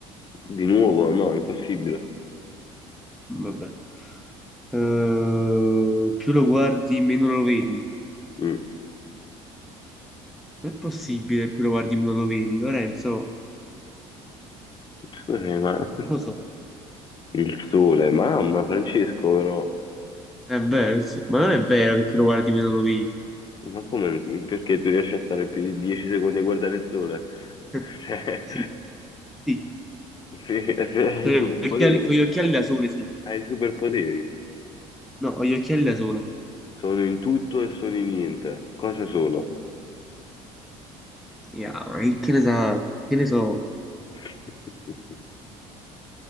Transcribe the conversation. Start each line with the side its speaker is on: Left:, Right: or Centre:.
Left: Di nuovo? No, impossibile.
Centre: Vabbè. Eh, più lo guardi, meno lo vedi.
Left: Mm,
Centre: Non è possibile che più lo guardi meno lo vedi, Lorenzo.
Left: Scusami, ma
Centre: Non lo so.
Left: il sole, mamma, Francesco, però,
Centre: È vero, ins- ma non è vero che più lo guardi meno lo vedi.
Left: ma come, perché tu riesci a stare più di 10 secondi a guardare il sole?
Centre: <laughs>
Left: <laughs> Cioè,
Centre: Sì, sì.
Left: sì, se hai
Centre: Con
Left: i superpoteri,
Centre: gli occhiali, con gli occhiali da sole, sì.
Left: hai i superpoteri.
Centre: No, con gli occhiali da sole.
Left: Sono in tutto e sono in niente. Cosa sono?
Centre: Yeah, ma che ne sa, che ne so.
Left: <laughs>